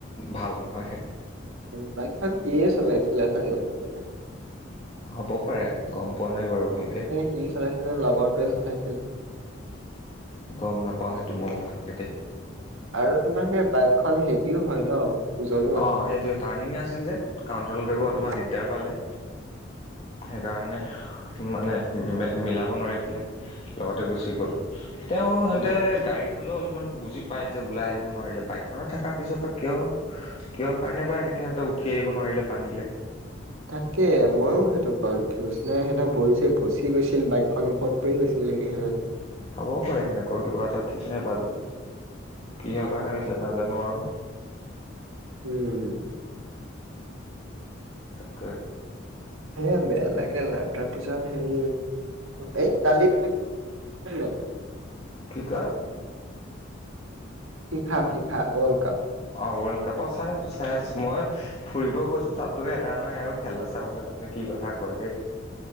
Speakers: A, on the left; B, on the right.
A: ভাল নহয়।
B: উ বাইকখন সিয়ে চলাইছিলে চাগে মোৰ মতে।
A: হ'ব পাৰে গম পোৱা নাই বাৰু ভালকে।
B: সি চলাইছিল নে লগৰটোৱে চলাইছিলে।
A: গম নাপাওঁ সেইটো ময়ো ভালকে দেই।
B: আৰু তোমাৰ সেই বাইকখন হেভিও হয় ন। ওজনো
A: অ,
B: আছে
A: সেইটো টাৰ্ণিং আছিল যে কণ্ট্ৰল কৰিব
B: উম
A: অলপমান দিগদাৰ পালে।
B: <inaudible>
A: সেইকাৰণে মানে মিলাব নোৱাৰি পেলাই লগতে গুচি গ'ল। তেওঁ সিহঁতে
B: উম
A: গাড়ীত, হলেও অলপমান বুজি পায় যে ওলাই আহিব নোৱাৰিলে বাইকখনত থকাৰ পিছৰ পৰা কিয়,
B: <unintelligible>
A: কিহৰ কাৰণে বা এনেকে সিহঁতে উঠি আহিব নোৱাৰিলে পানীলে।
B: তাকে মইও সেইটো কনফিউজ নে সেনেক ভৰি চৰি ভচি গৈছিল বাইকখন ওপত। প গৈছিল নেকি <unintelligible>
A: হ'বও পাৰে সেনেকুৱা কিবা এটা ঠিক নাই বাল, কিহৰ কাৰণে হৈছে নাজানো আৰু
B: উম।
A: তাকে।
B: হে বেয়া লাগে আৰু তাৰপিছত হেৰি এই কালি <unintelligible>
A: কিকা,
B: ফিফা ফিফা ৱল্ড কাপ।
A: অ ৱৰ্ল্ড কাপ চাই আছো চাই আছো, মই ফুৰিব গৈছো তাতে এৰা নাই আৰু খেলা চাবলে আও। কি কথা ক ঠেত,